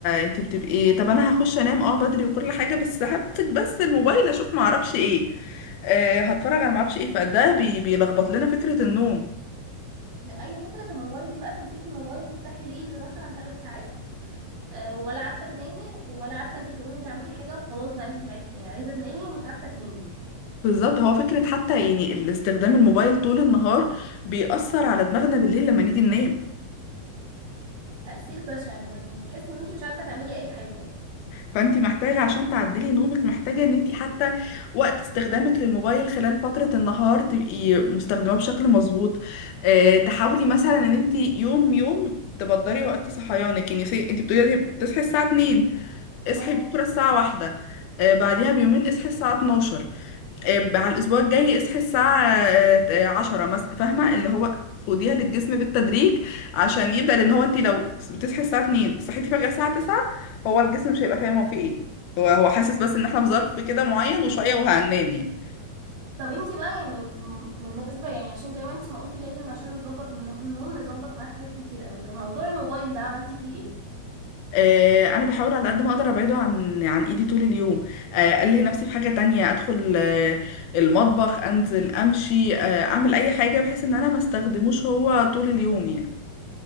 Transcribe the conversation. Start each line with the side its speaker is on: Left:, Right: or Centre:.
Left: انت بتبقي طب انا هخش انام اه بدري وكل حاجه بس همسك بس الموبايل اشوف ما اعرفش ايه آه هتفرج على ما اعرفش ايه فده بي بيلخبط لنا فكره النوم
Right: ب- ايوه فكره الموبايل دي بقى تمسكي الموبايل تفتحي ريلز مثلا ثلاث ساعات آه، ولا عارفه تنامي ولا عارفه انت تقومي تعملي حاجه وخلاص بقى انت تعبتي يعني عايزه تنامي ومش عارفه تنامي
Left: بالظبط هو فكره حتى يعني الاستخدام الموبايل طول النهار بيأثر على دماغنا بالليل لما نيجي ننام
Right: تاثير بشع بجد يعني تحسي ان انت مش عارفه تعملي اي حاجه
Left: فانت محتاجة عشان تعدلي نومك محتاجة ان انت حتى وقت استخدامك للموبايل خلال فترة النهار تبقي مستخدماه بشكل مظبوط اه تحاولي مثلا ان انت يوم يوم تبدري وقت صحيانك يعني سي انت بتقولي دلوقتي بتصحي الساعة 2 اصحي
Right: اه
Left: بكرة الساعة 1 اه بعديها بيومين اصحي الساعة 12 آه، على الأسبوع الجاي اصحي الساعة آه، عشرة مثلا فاهمة اللي هو خديها للجسم بالتدريج عشان يبدأ لأن هو انت لو بتصحي الساعة 2 صحيتي فجأة الساعة 9 هو الجسم مش هيبقى فاهم هو فيه ايه هو هو حاسس بس ان احنا في ظرف كده معين وشوية وهننام يعني
Right: طب انت بقى يعني م- بالنسبه يعني عشان زي ما انت ما قلتي لازم عشان نظبط النو- النوم نظبط معاه حاجات كتير قوي طب موضوع الموبايل ده عملتي فيه ايه
Left: آه، انا بحاول على قد ما اقدر ابعده عن عن ايدي طول اليوم آه، الهي نفسي في حاجه تانية ادخل آه، المطبخ انزل امشي آه، اعمل اي حاجه بحيث ان انا ما استخدموش هو طول اليوم يعني